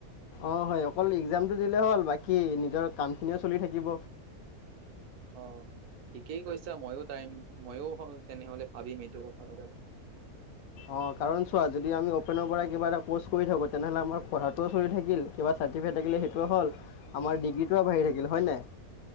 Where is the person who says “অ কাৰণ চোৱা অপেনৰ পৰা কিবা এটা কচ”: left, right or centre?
Left